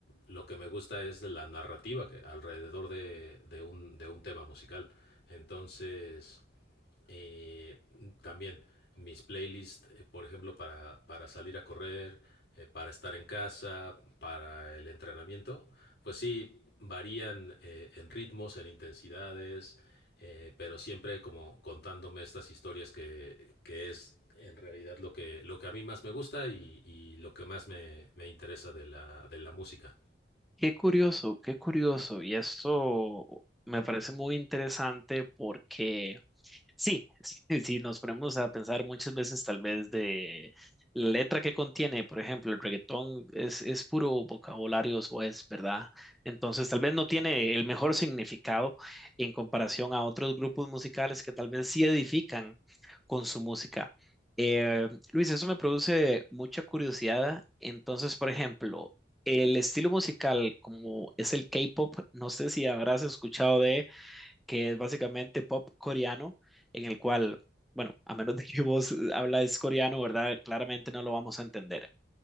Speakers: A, on the left; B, in the centre.
A: lo que me gusta es la narrativa que alrededor de, de un, de un tema musical. Entonces, eh, también mis playlists, eh, por ejemplo, para, para salir a correr, eh, para estar en casa, para el entrenamiento, pues sí, varían eh, en ritmos, en intensidades, eh, pero siempre como contándome estas historias que, que es en realidad lo que, lo que a mí más me gusta y, y lo que más me, me interesa de la, de la música.
B: Qué curioso, qué curioso. Y esto me parece muy interesante porque sí, <laughs> sí, si nos ponemos a pensar muchas veces tal vez de la letra que contiene, por ejemplo, el reggaetón es, es puro vocabulario es ¿verdad? Entonces tal vez no tiene el mejor significado en comparación a otros grupos musicales que tal vez sí edifican con su música. Eh, Luis, eso me produce mucha curiosidad. Entonces, por ejemplo, el estilo musical, como es el K-pop, no sé si habrás escuchado de que es básicamente pop coreano, en el cual, bueno, a menos de que <laughs> vos hablas coreano, ¿verdad? Claramente no lo vamos a entender.